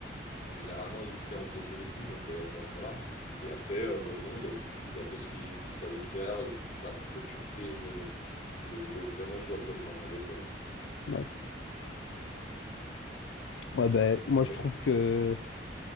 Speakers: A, on the left; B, on the left.
A: généralement, il sait encaisser les coups, donc euh, ça, ça va. Et après, euh, bon, non, il a, su- il a fait ce qu'il qu'il savait faire. Et pas trop de surprises. euh, Je vois vraiment ce à quoi je m'attendais, quoi.
B: Ouais. Ouais, bah, moi
A: Et toi?
B: je trouve que